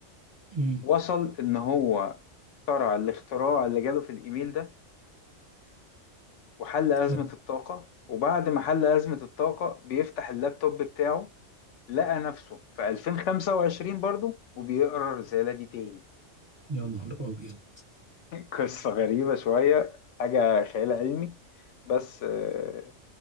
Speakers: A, on the right; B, on the left.
A: امم
B: وصل ان هو اخترع الاختراع اللي جاله في الايميل ده وحل ازمه
A: حلو
B: الطاقه وبعد ما حل ازمه الطاقه بيفتح اللابتوب بتاعه لقى نفسه في 2025 برضه وبيقرا الرساله دي تاني
A: يا نهار ابيض
B: قصة غريبة شوية حاجة خيال علمي بس آه،